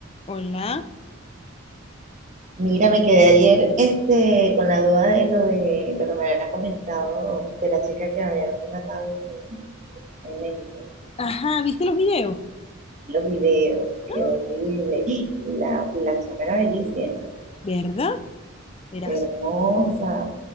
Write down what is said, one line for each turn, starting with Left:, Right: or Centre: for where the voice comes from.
Left: Hola,
Right: Mira, me quedé ayer este, con la duda de lo de lo que me había comentado de la chica que habían matado en, en- en México.
Left: Ajá, ¿viste los videos?
Right: Los videos, qué
Left: ¡Ah!
Right: horrible. Y la, y la chama era bellísima,
Left: ¿verdad? Verás.
Right: hermosa.